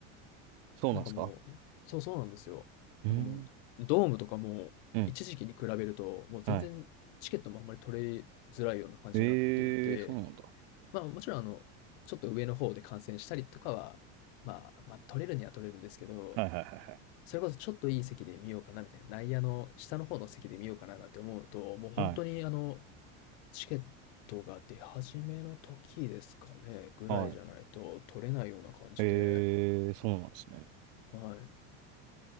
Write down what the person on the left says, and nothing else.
なんかもう、そう、そうなんですよ。
なんかもう、ドームとかも、
一時期に比べると、もう全然チケットもあんまり取れづらいような感じになっていて、
まあ、もちろんあの、ちょっと上の方で観戦したりとかは、まあ、ま、取れるには取れるんですけど、
それこそちょっといい席で見ようかなみたいな、内野の下の方の席で見ようかななんて思うと、もう本当にあの、
チケットが出始めの時ですかね、ぐらいじゃないと取れないような感じで、
はい。